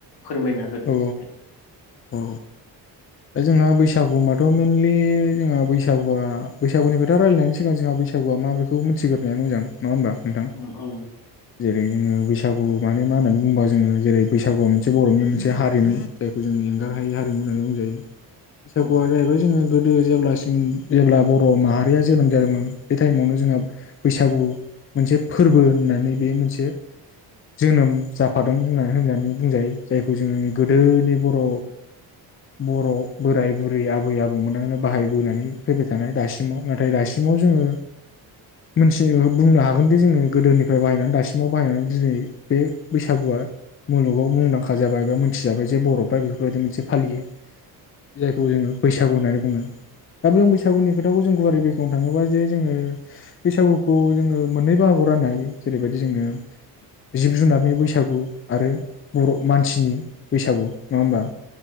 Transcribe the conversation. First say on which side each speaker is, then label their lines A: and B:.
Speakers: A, on the left (about 60°); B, on the left (about 30°).
A: फोरमायना होदो
B: औ
A: दे।
B: औ दा जोंहा बैसागु माथ मेइनलि जोंहा बैसागुआ बैसागुनि खोथा रायलायनायनि सिगां सिगां जोंहा बैसागुआ मा बेखौ मोनथि थिगोरनाय मोजां नङा होमबा। नोंथां
A: औ औ।
B: जेरै जोङो बैसागु माने मा होननानै बुंबा जोङो जेरै बैसागुआ मोनसे बर'नि मोनसे हारिमु जायखौ जों एंगार हायै हारिमु होननानै बुंजायो। बैसागुआ
A: औ
B: जाहैबाय जोङो गोदो गोदो जेब्लासिम जेनेब्ला बर' माहारिया जोनोम जादोंमोन बे टाइमावनो जोंहा बैसागु मोनसे फोरबो होननानै बे मोनसे जोनोम जाफादों होननानै-होननानै बुंजायो जायखौ जोङो गोदोनि बर' बर‌' बोराय बुरै आबै आबौमोननो बाहायबोनानै फैबाय थानाय दासिमाव नाथाय दासिमाव जोङो मोन्थिनो बुंनो हागोनदि जोङो गोदोनिफ्राय बाहायनानै दासिमाव बाहायनानै दिनै बे बैसागुआ मुलुगाव मुंदांखा जाबाय एबा मोनथिजाबाय जे बर'फ्रा बेफोरबायदि मोनसे फालियो। जायखौ जोङो बैसागु
A: उम
B: होननानै बुङो। दा जों बैसागुनि खोथाखौ जों गुवारै बेखेवनो थाङोबा जे जोङो बैसागुखौ जोङो मोननै बाहागोआव राननो हायो जेरैबायदि जोङो जिब जुनारनि बैसागु आरो बर' मानसिनि बैसागु नङा होमबा।